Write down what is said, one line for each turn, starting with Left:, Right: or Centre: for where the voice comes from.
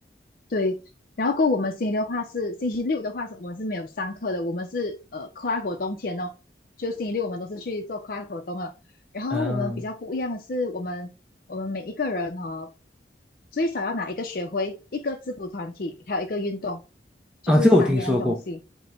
Left: 对，然后过后我们星期六的话是星期六的话是，我们是没有上课的，我们是呃课外活动天哦，就星期六我们都是去做课外活动了。然后我们比较不一样的是，
Centre: 嗯，
Left: 我们我们每一个人哦，最少要拿一个学会、一个制服团体，还有一个运动，就是三样东西
Centre: 啊，这个我听说过，